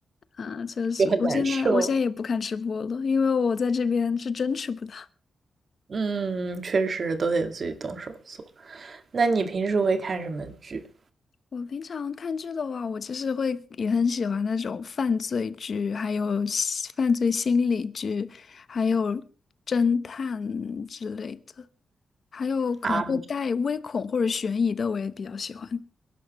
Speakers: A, on the left; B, on the right.
A: 啊，确实，
B: 就很难受，
A: 我现在我现在也不看直播了，因为我在这边是真吃不到。
B: 嗯，确实都得自己动手做。那你平时会看什么剧
A: 我平常看剧的话，我其实会也很喜欢那种犯罪剧，还有西犯罪心理剧，还有侦探之类的，还有可能会带微恐或者悬疑的，
B: 啊？
A: 我也比较喜欢。